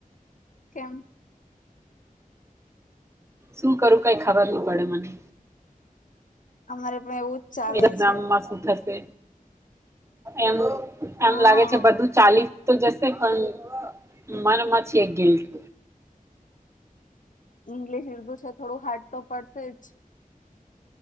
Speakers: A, on the left (about 60°); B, on the right (about 20°).
A: કેમ?
B: શું કરું કઈ ખબર નહી પડે મને.
A: અમારે પણ એવું જ ચાલે
B: એ ગામમાં
A: છે
B: શું થશે એમ
A: હા
B: એમ લાગે છે બધું જ ચાલીસ તો જશે પણ મનમાંથી એક ગિલ્ટ
A: ઈંગ્લિશ ર્દુ છે થોડું હાર્ડ તો પડશે જ